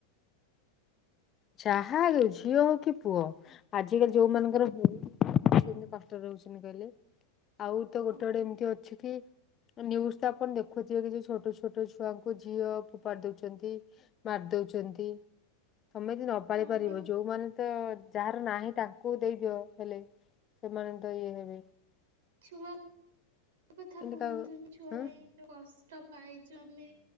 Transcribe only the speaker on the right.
ହଁ।
ହଁ ପା
ଛୁଆ କଥା
କୁହନ୍ତୁନି
ଛୁଆ
ପାଇଁ ଯୋଉ କଷ୍ଟ ପାଇଛୁ ଆମେ